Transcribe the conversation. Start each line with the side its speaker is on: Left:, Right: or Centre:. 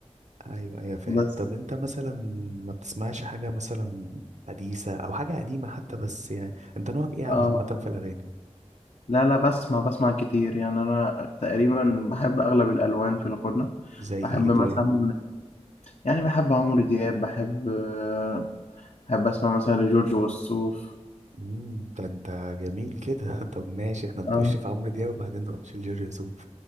Right: أيوه أيوه فاهم
Left: بس
Right: طب أنت مثلا ما بتسمعش حاجة مثلا حديثة أو حاجة قديمة حتى بس يعني أنت نوعك إيه عامة
Left: اه
Right: في الأغاني
Left: لا لا بسمع بسمع كتير يعني انا تقريبا بحب اغلب الالوان في الغنى
Right: زي
Left: بحب
Right: إيه طيب
Left: مثلا يعني بحب عمرو دياب بحب آه، بحب اسمع مثلا لجورج وسوف
Right: مم، ده انت جميل كده <laughs> طب ماشي احنا نخش
Left: اه
Right: في عمرو دياب وبعدين نخش في جورج وسوف